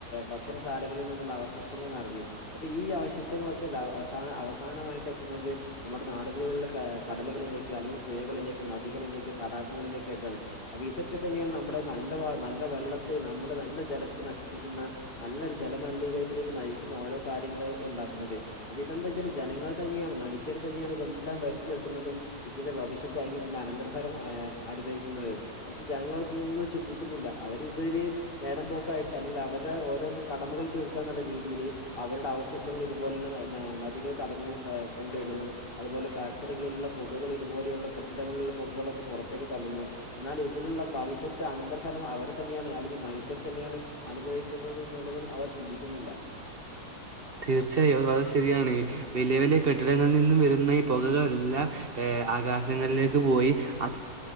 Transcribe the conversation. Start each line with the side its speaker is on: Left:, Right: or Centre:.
Left: ഭക്ഷണശാലകളിൽ നിന്നുള്ള അവശിഷ്ടങ്ങൾ നെറഞ്ഞു അപ്പൊ ഈ അവശിഷ്ടങ്ങളൊക്കെ ലാ അവ അവസാനമായിട്ട് എത്തുന്നത് നമ്മുടെ നാടുകളിലുള്ള കടലുകളിൽ അല്ലെങ്കിൽ പുയകളിലേക്ക് നദികളിലേക്ക് തടാകങ്ങളിലേക്കൊകയാണ് അപ്പൊ ഇതൊക്കെ തന്നെയാണ് നമ്മടെ നല്ല നല്ല നല്ല വെള്ളത്തെ നമ്മള് നല്ല ജലത്തെ നശിപ്പിക്കുന്ന നല്ലരു ജല മലിനീകരത്തിലേക്ക് നയിക്കുന്ന ഓരോ കാര്യങ്ങള്ൾ ഉണ്ടാക്കുന്നത് അപ്പൊ ഇതെന്താ വെച്ചാല് ജനങ്ങൾ തന്നെയാണ് മനുഷ്യർ തന്നെയാണ് ഇതെല്ലാം വരുത്തി വെക്കുന്നതും ഇതിന്റെ ഭവിഷ്യത്താണെങ്കിൽ ഇതിന്റെ അനന്തര ഫലം അനുഭവിക്കുന്നവരും പക്ഷെ ജനങ്ങളോൊന്നും ചിന്തിക്കുന്നില്ല അവരി ഇതൊരു നേരം പോക്ക ആായിട്ട് അല്ലെങ്കിൽ അവരുടെ ഓരോ കടമകൾ തീർക്കാന്നുള്ള രീതിയില് അവരുടെ അവശിഷ്ടങ്ങൾ ഇതുപോലെയുള്ള നദികളെ തടന്ന കൊണ്ടിടുന്നു അതുപോലെ ഫാക്ടറികളിലുള്ള പുകകൾ ഇതുപോലെയുള്ള കെട്ടിടങ്ങളിലുള്ള പുകകളൊക്കെ പുറത്തേക്ക് തള്ളന്നു എന്നാൽ ഇതിനുള്ള ഭവിഷ്യത്ത് അനന്തരഫല അവർ തന്നെയാണ് അല്ലെങ്കിൽ മനുഷ്യർ തന്നെയാണ് അനുഭവിക്കുന്നത് എന്നുള്ളതന്നും അവർ ചിന്തിക്കുന്നില്ല
Right: <unintelligible> തീർച്ചയായും വളരെ ശരിയാണ് വലിയ വലിയ കെട്ടിടങ്ങളിൽ നിന്നും വരുന്ന ഈ പുകകളെല്ലാം ഏ ആകാശങ്ങളിലേക്ക് പോയി അ